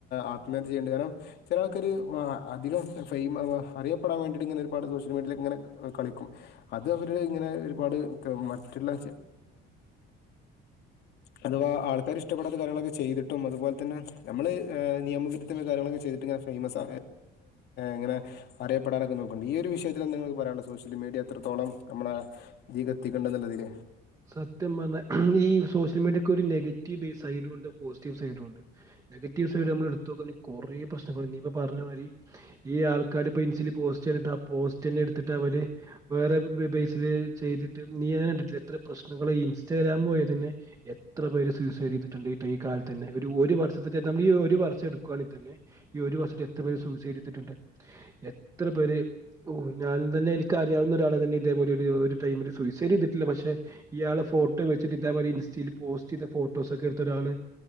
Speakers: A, on the left; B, on the right.
A: ആത്മഹത്യ ചെയ്യേണ്ടത് കാരണം ചിലൾക്കൊരു അധികം ഫ അറിയപ്പെടാൻ വേണ്ടിയിട്ട് ഇങ്ങനെ ഒരുപാട് സോഷ്യൽ മീഡിയയിൽ ഇങ്ങനെ കളിക്കും അത് അവര് ഇങ്ങനെ ഒരുപാട് മറ്റുള്ള അഥവാ ആൾക്കാർ ഇഷ്ടപ്പെടാത്ത കാര്യങ്ങളൊക്കെ ചെയ്തിട്ടും അതുപോലെ തന്നെ നമ്മള് നിയമവിരുദ്ധമായ കാര്യങ്ങളൊക്കെ ചെയ്തിട്ട് ഇങ്ങനെ ഫേമസ് ആ ഇങ്ങനെ അറിയപ്പെടാനൊക്കെ നോക്കുന്നുണ്ട് ഈ ഒരു വിഷയത്തില നിങ്ങൾക്ക് പറയാനുള്ളോ സോഷ്യൽ മീഡിയ എത്രത്തോളം നമ്മളെ എത്തിക്കേണ്ട എന്നുള്ളതിൽ
B: സത്യം പറഞ്ഞാൽ ഈ സോഷ്യൽ മീഡിയക്ക് ഒരു നെഗറ്റീവ് സൈഡും ഉണ്ട് പോസിറ്റീവ് സൈഡും ഉണ്ട് നെഗറ്റീവ് സൈഡ് നമ്മൾ എടുത്ത നോക്കണ കൊറെേ പ്രശ്നങ്ങണ്ട് നീയിപ്പ പറഞ്ഞ മാതിരി ഈ ആൾക്കാാര് പെൻസിില് പോസ്റ്റ്ിട്ട് ആ പോസ്റ്റ് തന്നെ എടുത്തിട്ട് അവ വേറെ ബേസിില് ചെയ്തിട്ട് നീ അങ്ങെ കണ്ടിട്ടില്ല എത്ര പ്രശ്നങ്ങൾഈ ഇൻസ്റ്റാഗ്രാം പോലെ തന്നെ എത്ര പേര് സൂസൈഡ് ചെയ്തിട്ടുണ്ട് ഈ കാലത്ത് തന്നെ ഒരു ഒരു വർഷത്തെ നമ്മൾ ഈ ഒരു വർഷം എടുക്കുവാണെങ്ക തന്ന ഈ ഒരു വർഷത്തെ എത്ര പേര് സൂസൈഡ് ചെയ്തിട്ടുണ്ട് എത്ര പേര് ഓ ഞാൻ തന്നെ എനിക്ക് അറിയാവുന്ന ഒരാളെ തന്നെ ഇതേപോലെ ഒരു ടൈമില് സൂസൈഡ് ചെയ്തിട്ടില്ല പക്ഷെ ഇയാള് ഫോട്ടോ വെച്ചിട്ട് ഇതേ മതി ഇൻസ്റ്റയിൽ പോസ്റ്റ് ചെയ്ത ഫോട്ടോസ് ഒക്കെ എടുത്ത ഒരാള്